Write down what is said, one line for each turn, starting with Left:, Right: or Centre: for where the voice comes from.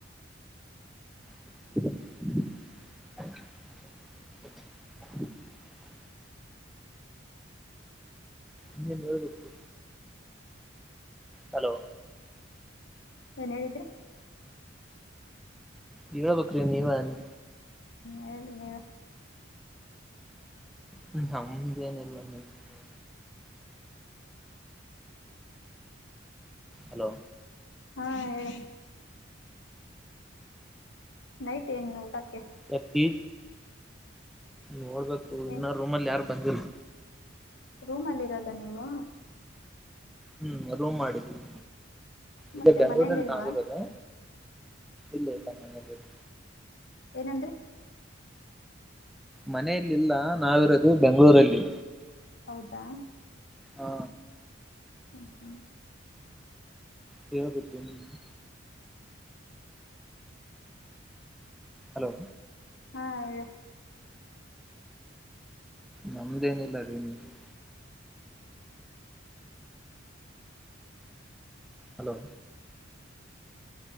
Centre: <inaudible> ಇನ್ನೇನ್ ಹೇಳ್ಬೇಕು. ಹಲೋ
Left: ಏನ್ ಹೇಳಿದ್ರಿ.
Centre: ಹೇಳ್ಬೇಕ್ರಿ ನೀವ ಅಂದ
Left: ಹೇಳ್ರಿ ನೀವೆ
Centre: ಹ್ಮ ನಮ್ಮದೇನ ಇಲ್ಲ ನಿಮ್ಮದೆ ಹಲೋ
Left: ಹಾ ಹೇಳ. ನೈಟ್ ಏನ್ ಊಟಕ್ಕೆ.
Centre: ತತ್ತಿ ನೋಡ್ಬೇಕು ಇನ್ನ
Left: ಏನ್
Centre: ರೂಮಲ್ಲಿ ಯಾರು. ಬಂದಿಲ್ಲ.
Left: ರೂಮಲ್ಲಿ ಇರೋದ ನೀವು.
Centre: ಹ್ಮ್ ರೂಮ್ ಮಾಡಿದಿವಿ ಇಲ್ಲ
Left: ಮತ್ತೆ
Centre: ಬೆಂಗ್ಳೂರಲ್ಲಿ
Left: ಮನೇಲಿ ಇಲ್ವಾ
Centre: ನಾವಿರೋದು. ಇಲ್ಲ ಇಲ್ಲ ಮನೇಲಿ ಇಲ್ಲ.
Left: ಏನಂದ್ರಿ.
Centre: ಮನೆಯಲ್ಲಿಲ್ಲ ನಾವಿರೋದು ಬೆಂಗಳೂರಲ್ಲಿ.
Left: ಹೌದಾ
Centre: ಹಾ
Left: ಹ್ಮ್ ಹ್ಮ್
Centre: ಹೇಳ್ಬೇಕ ಏನ್ ನೀವೆ. ಹಲೋ
Left: ಹಾ ಹೇಳಿ
Centre: ನಮ್ದೇನಿಲ್ಲರಿ ನೀವೆ ಹಲೋ